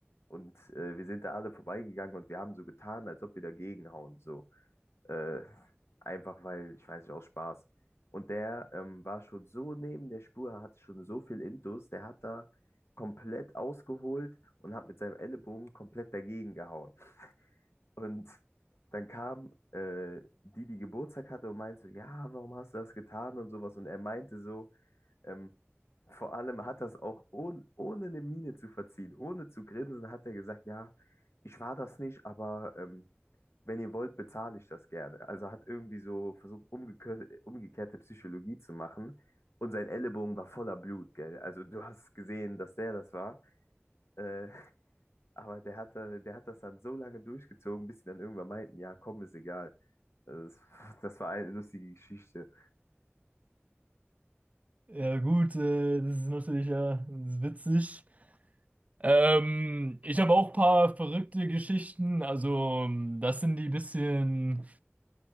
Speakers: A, on the left; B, on the right.
A: Und äh, wir sind da alle vorbeigegangen und wir haben so getan, als ob wir dagegen hauen. So. Äh, einfach weil, ich weiß nicht, aus Spaß. Und der ähm, war schon so neben der Spur, hat schon so viel Intus, der hat da komplett ausgeholt und hat mit seinem Ellenbogen komplett dagegen gehauen. Und dann kam äh, die, die Geburtstag hatte und meinte so, ja, warum hast du das getan und sowas. Und er meinte so, ähm, vor allem hat das auch ohne, ohne eine Miene zu verziehen, ohne zu grinsen, hat er gesagt, ja, ich war das nicht, aber ähm, wenn ihr wollt, bezahle ich das gerne. Also hat irgendwie so versucht, umgekö- umgekehrte Psychologie zu machen. Und sein Ellenbogen war voller Blut, gell? Also du hast gesehen, dass der das war. Äh, <laughs> aber der hat, da- der hat das dann so lange durchgezogen, bis sie dann irgendwann meinten, ja, komm, ist egal. Also Das, <laughs> das war eine lustige Geschichte.
B: Ja gut, äh, das ist natürlich ja das ist witzig. Ähm, ich habe auch ein paar verrückte Geschichten. Also, ähm, das sind die bisschen